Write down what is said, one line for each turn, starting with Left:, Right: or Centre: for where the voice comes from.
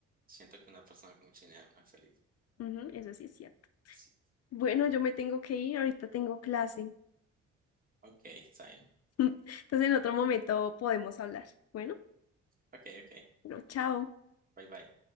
Right: Siento que una persona con mucho dinero no es feliz.
Left: ujú, Eso sí es cierto.
Right: Sí.
Left: Bueno, yo me tengo que ir, ahorita tengo clase.
Right: Ok, está bien.
Left: <laughs> Entonces en otro momento podemos hablar. Bueno,
Right: Ok, ok.
Left: bueno, chao.
Right: Bye bye.